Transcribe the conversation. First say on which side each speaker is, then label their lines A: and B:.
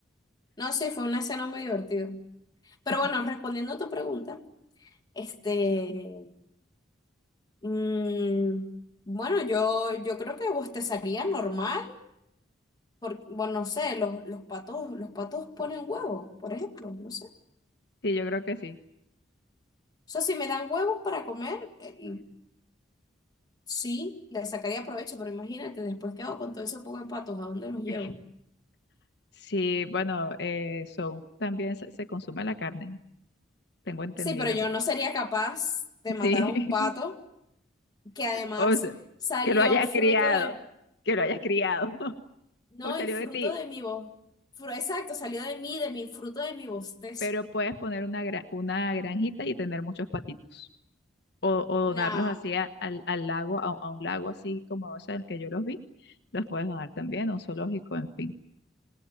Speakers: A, on the left (about 20°); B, on the left (about 60°).
A: No, sí, fue una escena muy divertida. Pero
B: <laughs>
A: bueno, respondiendo a tu pregunta, este, Mm, bueno, yo, yo creo que bostezaría normal, porque, bueno, no sé, los, los patos, los patos ponen huevos, por ejemplo, no sé. O
B: Sí, yo creo que sí.
A: sea, si me dan huevos para comer, eh, sí, le sacaría provecho, pero imagínate, después qué hago con todo ese poco de patos, ¿a dónde los llevo?
B: <laughs> Sí, bueno, eh, son, también se, se consume la carne, tengo entendido.
A: Sí, pero yo no sería capaz de matar
B: Sí,
A: a un pato
B: <laughs>
A: que además
B: o sea,
A: salió
B: que lo hayas
A: fruto
B: criado,
A: de,
B: que lo hayas criado, <laughs>
A: no,
B: o salió
A: y fruto
B: de ti,
A: de mi voz, exacto, salió de mí, de mi fruto de mi bostezo.
B: pero puedes poner una, gra- una granjita y tener muchos patitos. o, o donarlos
A: No.
B: así a- al, al lago, a, a un lago así como ese en el que yo los vi, los puedes donar también, a un zoológico, en fin.